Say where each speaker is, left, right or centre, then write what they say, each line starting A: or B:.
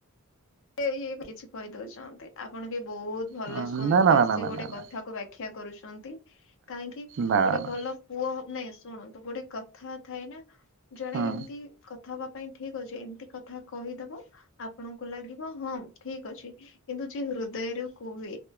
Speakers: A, on the left; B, on the right.
A: ଏଇ ଏ କିଛି କହି ଦଉଛନ୍ତି ଆପଣ ବି ବହୁତ ଭଲ
B: ହଁ
A: ସୁନ୍ଦର
B: ନା ନା ନା
A: ସେ
B: ନା ନା
A: ଗୋଟେ
B: ନା ନା।
A: କଥାକୁ ବାଖ୍ୟା କରୁଛନ୍ତି କାହିଁକି
B: ନା
A: ଗୋଟେ
B: ନା
A: ଭଲ ପୁଅ ହବ ନାଇଁ ଶୁଣନ୍ତୁ, ଗୋଟେ କଥା ଥାଏ ନା ଜଣେ
B: ହୁଁ
A: ଏମତି କ ବା ପାଇଁ ଠିକ ଅଛି ଏମିତି କଥା କହିଦବ ଆପଣଙ୍କୁ ଲାଗି ହଁ ହଁ ଠିକ ଅଛି କିନ୍ତୁ ଯିଏ ହୃଦୟରୁ କୁହେ